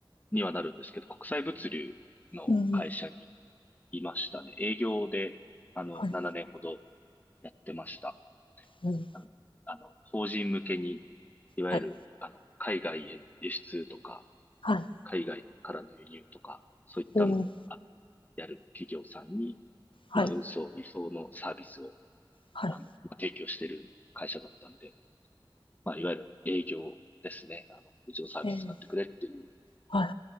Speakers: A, on the left; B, on the left.
A: にはなるんですけど、国際物流の会社に
B: うん、
A: いましたね。営業で、あの、
B: はい、
A: 7年ほどやってました。
B: うん、
A: あの、あの法人向けに、いわゆる、
B: はい、
A: あの、海外への輸出とか、
B: はい、
A: 海外からの輸入とか、そういったのを、
B: うん、
A: あの、やる企業さんに、
B: はい、
A: まあ、運送、輸送のサービスを、
B: はい、
A: あの、まあ、提供してる会社だったんで、まあ、いわゆる営業ですね。あの、うちのサービス使ってくれっていう、
B: えーはい、